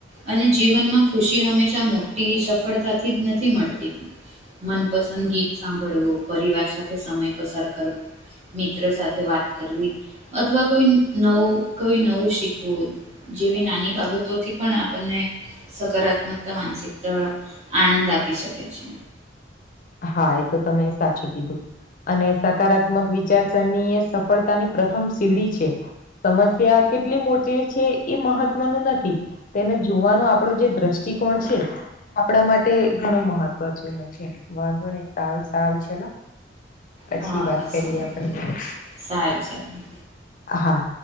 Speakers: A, on the right; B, on the left.
A: અને જીવનમાં ખુશી હંમેશા મોટી સફળતાથી જ ન નથી મળતી મનપસંદ ગીત સાંભળવું પરિવાર સાથે સમય પસાર કરવો મિત્રો સાથે વાત કરવી અથવા કોઈ નવું કોઈ નવું શીખ હમમ જેવી નાની બાબતોથી પણ આપણને સકારાત્મકતા માનસિકતા આનંદ આપી શકે છે.
B: હા એ તો તમે સાચું કીધું. અને સકારાત્મક વિચારસરની એ સફળતાની પ્રથમ સીડી છે સમસ્યા કેટલી મોટી છે એ મહત્વનું નથી. તેને જોવાનો આપણો જે દ્રષ્ટિકોણ છે આપણા માટે ઘણું મહત્વ જેનું છે વાંધો નહી સારું સારું ચાલો. પછી
A: હા
B: વાત
A: હા
B: કરીએ
A: સારું
B: <inaudible> આપણેે
A: સારું સારું
B: હા.